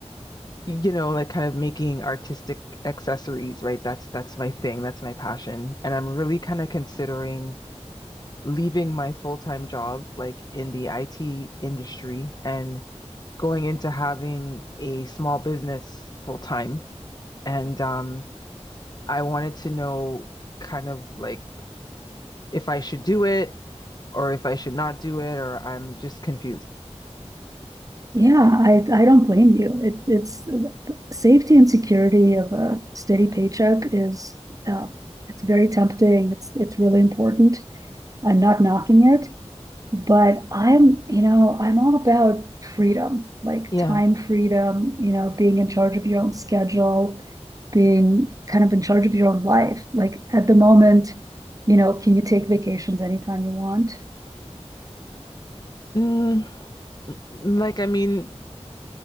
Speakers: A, on the left (about 35°); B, on the right (about 30°).
A: you know, like kind of making artistic accessories, right? That's that's my thing, that's my passion. And I'm really kind of considering leaving my full-time job like in the IT industry and going into having a small business full-time. And um I wanted to know kind of like if I should do it or if I should not do it or I'm just confused.
B: Yeah, I, I don't blame you. It, it's safety and security of a steady paycheck is uh, it's very tempting. It's it's really important. I'm not knocking it, but I'm you know I'm all about freedom, like
A: Yeah.
B: time freedom. You know, being in charge of your own schedule, being kind of in charge of your own life. Like at the moment, you know, can you take vacations anytime you want?
A: Mm, like I mean,